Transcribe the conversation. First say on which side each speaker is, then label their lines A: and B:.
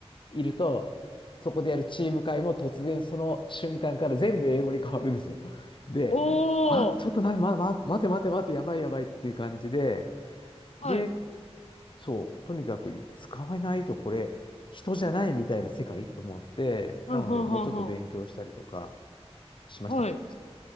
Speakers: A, on the left (about 50°); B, on the left (about 85°).
A: いると、そこでやるチーム会も突然その瞬間から全部英語に変わるんですよ。で、
B: お
A: あ、ちょっとな、
B: ー、
A: ま、ま、待て待て待て、やばいやばいっていう感じで、
B: はい、
A: で、そう、とにかく使わないとこれ、人じゃないみたいな世界と思って、
B: うん、
A: なので、
B: うん、
A: もうちょっと勉強したりとか
B: うん、うん、
A: しましたね。
B: はい。